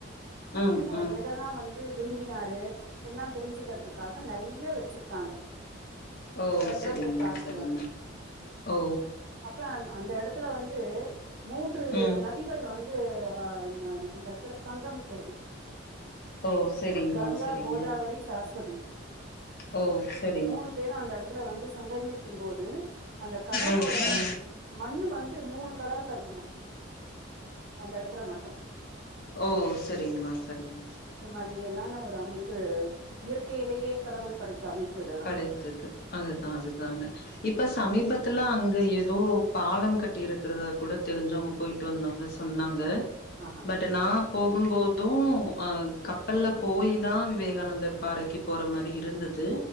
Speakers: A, on the left; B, on the right.
A: ம்
B: அவர்
A: ம்
B: எதெல்லா வந்து விரும்பினாரு எல்லா தெரிஞ்சிகிறதுக்காக நெறை ய வச்சிருக்காங்க
A: ஓ
B: அதெல்லா
A: சரிங்கம்மா
B: போய் பாத்துட்டு
A: சரிங்க
B: வந்தோ
A: ஓ
B: அப்பறோ அந் அந்த இடத்துல வந்து மூன்று
A: ம்
B: ந திகள் வந்து அ ந அந்த எடத்துல சங்கமிக் கிறது
A: ஓ சரிங்கம்மா
B: கங்கா
A: சரிங்க
B: கோதாவரி சரஸ்வதி
A: ஓ சரி
B: மூணு பேரு அந்த எடத்துல வந்து சங்கமிக்கும் போது அந்த கடலோட
A: ம் ம்
B: மண்ணு வந்து மூணு கலர்ல இருக்குமா அந்த எடத்துல மட்டு
A: ஓ சரிங்கமா சரிங்க
B: மாதிரி எல்லான ஒரு அமைப்பு இயற்கையிலயே கடவுள் படைத்த அமைப்பு இதெல்
A: கெடைத்தது அதுதா அதுதாங்க இப்ப சமீபத்துல அங்க ஏதோ பாலம் கட்டி இருகிறதா கூட தெரிஞ்சவங்க போயிட்டு வந்தவங்க சொன்னாங்க
B: ஆஹா
A: பட் நா போகும் போதும் ஆ கப்பல்ல போயி தா விவேகானந்தர் பாறைக்கு போற மாரி இருந்தது